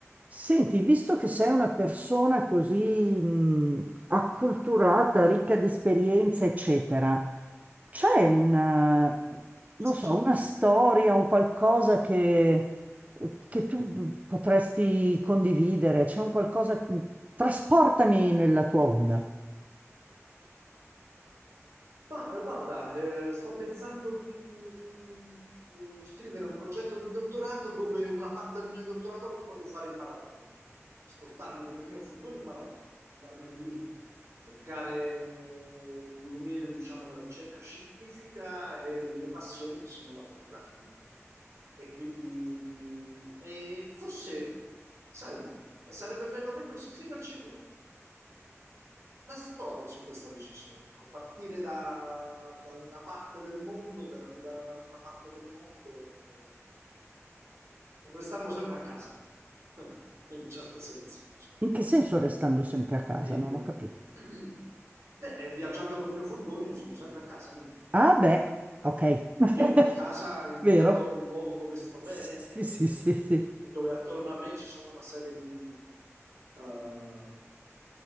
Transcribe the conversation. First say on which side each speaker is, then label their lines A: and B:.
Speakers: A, on the right (about 30°); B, on the right (about 70°).
A: Senti, visto che sei una persona così mh, acculturata, ricca di esperienza, eccetera, c'è una, non
B: Esagerato.
A: so, una storia, un qualcosa che, che tu potresti condividere? C'è un qualcosa... Trasportami nella tua onda.
B: Ma eh, guarda, eh, sto pensando di eh, scrivere un progetto di dottorato dove una parte del mio dottorato lo voglio fare in Marocco, spostarmi con il mio furgone in Marocco, andarmene lì, cercare di unire, diciamo, la ricerca scientifica e le mie passioni, che sono la fotografia. E quindi, e forse, sai, sarebbe bello proprio scriverci una storia su questa decisione, ecco, partire da, da una parte del mondo per arrivare a un'altra parte del mondo, restando sempre a casa, <laughs> in un certo senso.
A: In che senso restando sempre a casa?
B: E...
A: Non ho capito.
B: <clears throat> Beh, viaggiando col mio furgone io sono sempre a casa mia.
A: Ah, beh, ok. <laughs>
B: Io per casa intendo
A: Vero?
B: il luogo dove sto
A: Sì,
B: bene, e
A: sì, sì, sì, sì.
B: dove attorno a me ci sono una serie di, eh,